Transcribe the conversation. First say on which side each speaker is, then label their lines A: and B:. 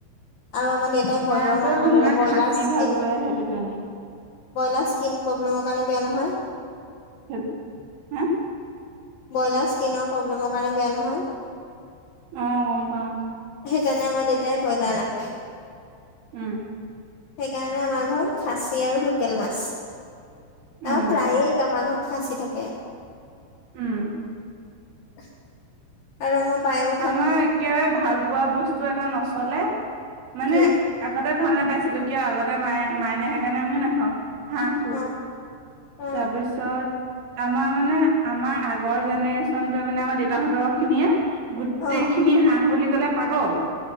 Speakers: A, on the left; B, on the right.
A: আৰু আমাৰ দেউতাই ব্ৰইলাৰও
B: আকৌ
A: নাখায়
B: ধুনুুৱে
A: মানে ব্ৰইলাৰ
B: খাচী
A: স্কিন
B: ভাল পায় সেইটো কাৰণে
A: ব্ৰইলাৰ স্কিন প্ৰব্লেমৰ কাৰণে বেয়া নহয়।
B: <unintelligible> হা
A: ব্ৰইলাৰ স্কিনৰ প্ৰব্লেমৰ কাৰণে বেয়া নহয়।
B: অ গম পাও।
A: সেইকাৰণে আমাৰ দেউতাই ব্ৰইলাৰ নাখায়।
B: উম।
A: সেইকাৰণে আমাৰ ঘৰত খাচী আৰু লোকেল মাছ।
B: উম
A: আহ প্ৰায়ে আমাৰ ঘৰত খাচি থাকে।
B: উম
A: <unintelligible> আৰু আমাৰ বাই ও
B: আমাৰ একেবাৰে ভাল পোৱা বস্তু এটা নচলে মানে
A: কি
B: আগতে ভাল নাপাইছিলোঁ কিয় আগতে মায়ে মায়ে নোখোৱা কাৰণে আমিও নাখাওঁ। হাঁহটো
A: অ অ
B: তাৰপিছত আমাৰ মানে আমাৰ আগৰ জেনেৰে্চনটোৱে মানে আমাৰ দেউতাহঁতৰ খিনিয়ে গোটেইখিনি
A: অ
B: হাঁহ বুলি ক'লে পাগল।